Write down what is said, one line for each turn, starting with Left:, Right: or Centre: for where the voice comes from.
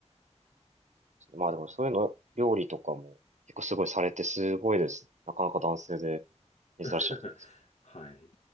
Right: いやまあでもそういうの、料理とかも結構すごいされてすごいですね。なかなか男性で珍しいなと思うんですけど。
Left: <laughs> はい。